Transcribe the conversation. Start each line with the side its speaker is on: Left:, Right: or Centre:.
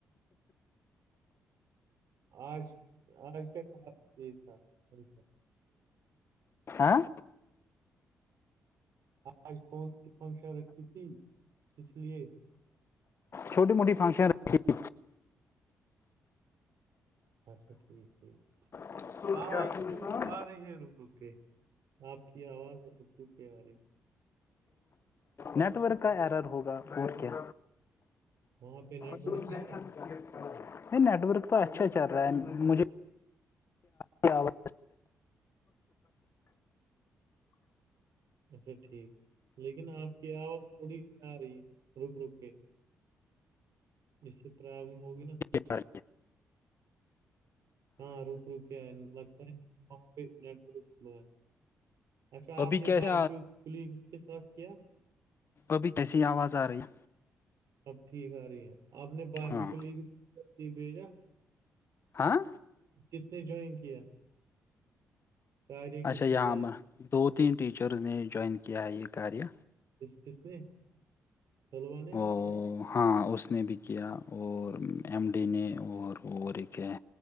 Right: آج آج کیا تھا ملق
Left: ہاں
Right: آج کون سی فنکشن رکھی تھی اس لیے
Left: چھوٹی موٹے فنکشن رہ
Right: اچھا ٹھیک ٹھیک
Left: فنکشن
Right: آواز کیوں آ رہے ہیں رک رک آپ کی آواز رک رو کے آ رہی
Left: نیٹ ورک کا ایرر ہوگا اور کیا
Right: وہاں پہ نیٹ
Left: نہیں
Right: ورک نہیں ہے
Left: نیٹ ورک تو اچھا چل رہا ہے مجھے پواز
Right: اچھا ٹھیک لیکن آپ کی آواز تھوڑی آ رہی ہے رک رک کے اس پرابلم ہوگی نا
Left: کر
Right: ہاں رک رک کیا ہے لگتا ہےیٹلو ہے اچا
Left: ابھی
Right: آپن
Left: کیسے
Right: با کلیگس کے ساتھ کیا
Left: کبھی کیسی آواز آ رہی ہے
Right: اب ٹھیک آ رہی ہے آپ نے باقی
Left: ہاں
Right: کلیگ بھیجا
Left: ہاں
Right: کس نے جووائن کیا کاریہ
Left: اچھا
Right: کس نے
Left: یہاں
Right: جوائن
Left: دو تین ٹیچرز نے جوائن کیا ہے یہ کاریہ
Right: کسکش نے پھلوان
Left: او
Right: کیا
Left: ہاں اس نے بھی کیا اور ایم ڈی نے اور اور ایک ہے